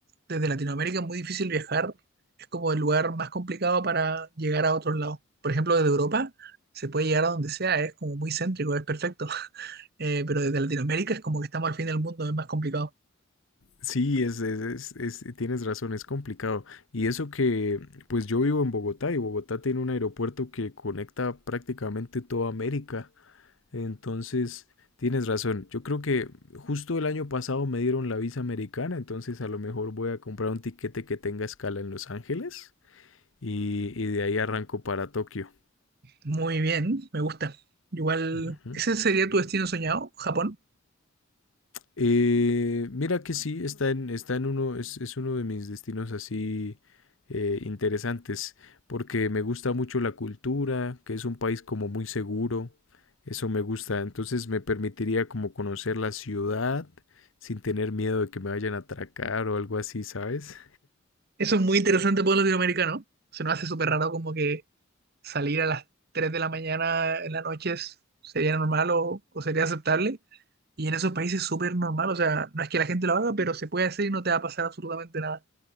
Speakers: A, on the right (about 50°); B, on the left (about 75°).
A: desde Latinoamérica es muy difícil viajar, es como el lugar más complicado para llegar a otros lados. Por ejemplo, desde Europa se puede llegar a donde sea, es como muy céntrico, es perfecto, <laughs> Eh, pero desde Latinoamérica es como que estamos al fin del mundo, es más complicado.
B: Sí, es, es, es- es- tienes razón, es complicado. Y eso que, pues yo vivo en Bogotá y Bogotá tiene un aeropuerto que conecta prácticamente toda América. Entonces, tienes razón. Yo creo que justo el año pasado me dieron la visa americana, entonces a lo mejor voy a comprar un tiquete que tenga escala en Los Ángeles y, y de ahí arranco para Tokio.
A: Muy bien, me gusta. Igual,
B: Ujú.
A: ¿ese sería tu destino soñado, Japón?
B: Eh, mira que sí, está en, está en uno, es, es uno de mis destinos así eh, interesantes, porque me gusta mucho la cultura, que es un país como muy seguro, eso me gusta, entonces me permitiría como conocer la ciudad sin tener miedo de que me vayan a atracar o algo así, ¿sabes?
A: Eso es muy interesante para un latinoamericano, se nos hace súper raro como que salir a las 3 de la mañana en la noche es- sería normal o, o sería aceptable. Y en esos países es súper normal, o sea, no es que la gente lo haga, pero se puede hacer y no te va a pasar absolutamente nada.